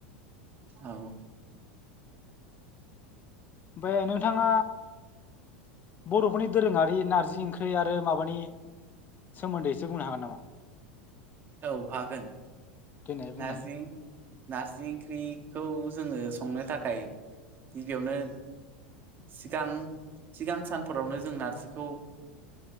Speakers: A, on the right; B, on the left.
A: औ
B: बे नोंथाङा बर'फोरनि दोरोङारि नारजि ओंख्रि थै आरो माबानि सोमोन्दैसो बुंनो हागोन नामा
A: औ हागोन
B: देनाय बुंनाय
A: नार्जिं नारजि ओंख्रिखौ जोङो संनो थाखाय गिबियावनो सिगां सिगां सानफोरावनो जों नारजिखौ